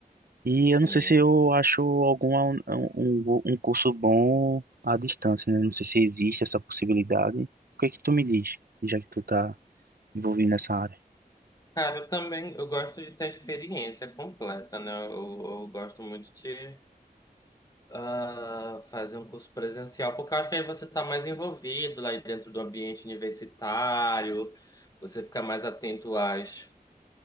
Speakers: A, on the right; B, on the left.
A: E
B: Sim.
A: eu não sei se eu acho algum um, um, um curso bom à distância, né? Não sei se existe essa possibilidade. O que é que tu me diz, já que tu tá envolvido nessa área?
B: Cara, eu também eu gosto de ter a experiência completa, né? Eu, eu gosto muito de ah, fazer um curso presencial, porque eu acho que aí você está mais envolvido lá dentro do ambiente universitário, você fica mais atento às,